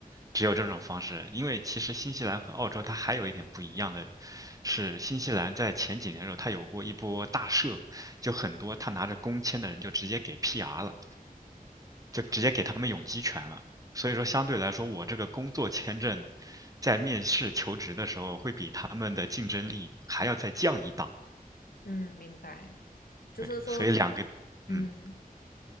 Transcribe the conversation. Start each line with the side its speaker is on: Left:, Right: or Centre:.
Right: 只有这种方式。因为其实新西兰和澳洲它还有一点不一样的是，新西兰在前几年的时候，它有过一波大赦，就很多他拿着工签的人就直接给 PR 了。就直接给他们永居权了。所以说，相对来说，我这个工作签证在面试求职的时候，会比他们的竞争力还要再降一档。
Left: 嗯，明白。就是说，
Right: 对，所以两个，
Left: 嗯。
Right: 嗯，